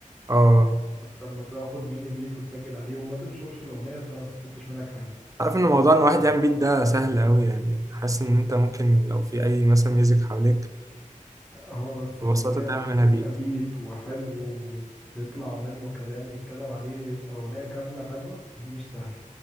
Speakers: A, on the right; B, in the centre.
A: اه
B: طب ما تاخد مني بيت وتسجل عليه وما تنشرش الأغنية فأنا ما استفدتش منك حاجة
A: عارف ان موضوع ان واحد يعمل بيت ده سهل قوي يعني حاسس ان انت ممكن لو في اي مثلا ميوزك حواليك
B: اه بس
A: ببساطة
B: إن هي
A: تعمل منها
B: يبقى
A: بيت
B: بيت وحلو وتطلع منه كلام يتكتب عليه يبقى أغنية كاملة حلوة دي مش سهلة